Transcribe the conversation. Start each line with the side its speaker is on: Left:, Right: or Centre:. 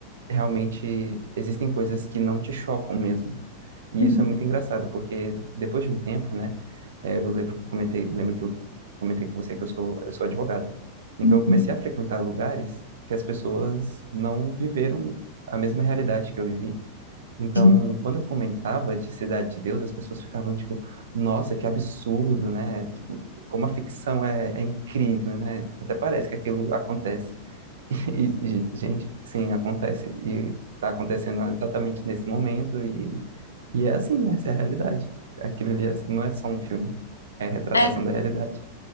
Right: realmente existem coisas que não te chocam mesmo. E
Left: Uhum,
Right: isso é muito engraçado, porque depois de um tempo, né? É, eu lembro que eu comentei, lembro que eu comentei com você que eu sou, eu sou advogado. Então
Left: uhum.
Right: eu comecei a frequentar lugares que as pessoas não viveram a mesma realidade que eu vivi. Então,
Left: Sim.
Right: quando eu comentava de Cidade de Deus, as pessoas ficavam tipo, nossa, que absurdo, né? Tipo, como a ficção é, é incrível, né? Até parece que aquilo acontece. <laughs> E, ge- gente, sim, acontece. E tá acontecendo exatamente nesse momento. E, e é assim, essa é a realidade. Aquilo ali é- não é só um filme, é a retratação
Left: É,
Right: da realidade.